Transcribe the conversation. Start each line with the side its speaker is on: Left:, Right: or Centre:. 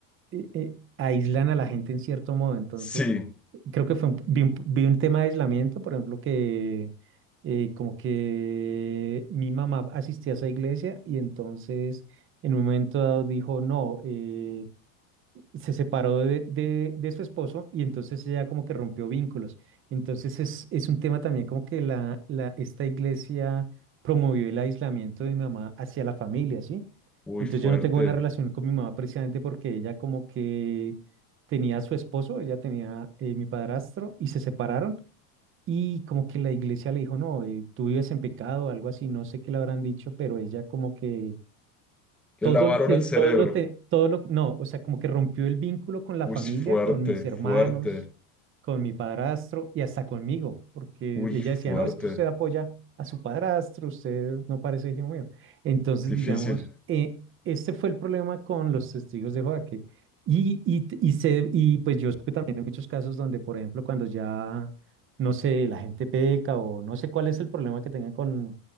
Right: eh, eh, aíslan a la gente en cierto modo. Entonces,
Centre: Sí,
Right: creo que fue un, vi, un, vi un tema de aislamiento, por ejemplo, que eh, como que mi mamá asistía a esa iglesia y entonces en un momento dado dijo, no, eh, se separó de, de, de su esposo y entonces ella como que rompió vínculos. Entonces es, es un tema también como que la, la, esta iglesia promovió el aislamiento de mi mamá hacia la familia, ¿sí?
Centre: uy,
Right: Entonces
Centre: fuerte.
Right: yo no tengo buena relación con mi mamá precisamente porque ella como que tenía a su esposo, ella tenía eh, mi padrastro y se separaron y como que la iglesia le dijo, no, eh, tú vives en pecado algo así, no sé qué le habrán dicho, pero ella como que todo
Centre: Le lavaron
Right: lo que,
Centre: el cerebro.
Right: todo lo te, todo lo, no, o sea, como que rompió el vínculo con la
Centre: Uy,
Right: familia,
Centre: fuerte,
Right: con mis hermanos,
Centre: fuerte.
Right: con mi padrastro y hasta conmigo, porque
Centre: Uy,
Right: ella
Centre: fuerte.
Right: decía, no, es que usted apoya a su padrastro, usted no parece hijo mío. Entonces,
Centre: Difícil.
Right: digamos, eh, este fue el problema con los testigos de Jehová, que- y, y, y, se, y pues yo supe también en muchos casos donde, por ejemplo, cuando ya, no sé, la gente peca o no sé cuál es el problema que tengan con,